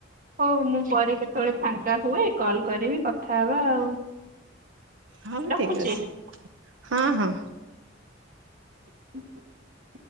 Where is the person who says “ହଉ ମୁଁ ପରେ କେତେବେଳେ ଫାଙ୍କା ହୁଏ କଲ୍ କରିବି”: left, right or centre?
Right